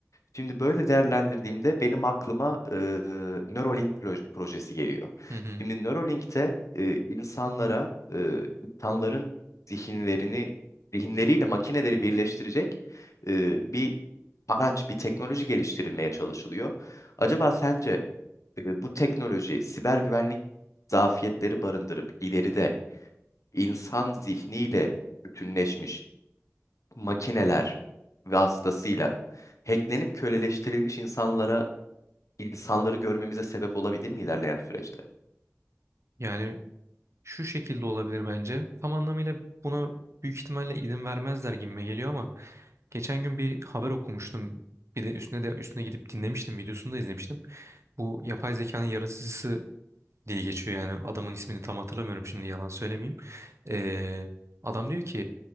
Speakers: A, on the left; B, on the right.
A: Şimdi böyle değerlendirdiğimde benim aklıma e, Neuralink proje- projesi geliyor.
B: hı hı.
A: Şimdi Neuralink'te e, insanlara, e, insanların zihinlerini, zihinleriyle makineleri birleştirecek e, bir araç, bir teknoloji geliştirilmeye çalışılıyor. Acaba sence e, bu teknoloji siber güvenlik zafiyetleri barındırıp ileride insan zihniyle bütünleşmiş makineler vasıtasıyla hacklenip köleleştirilmiş insanlara insanları görmemize sebep olabilir mi ilerleyen süreçte?
B: Yani şu şekilde olabilir bence. Tam anlamıyla buna büyük ihtimalle izin vermezler gibime geliyor ama geçen gün bir haber okumuştum. Bir de üstüne de üstüne gidip dinlemiştim, videosunu da izlemiştim. Bu yapay zekanın yaratıcısı diye geçiyor yani adamın ismini tam hatırlamıyorum şimdi yalan söylemeyeyim. Ee, adam diyor ki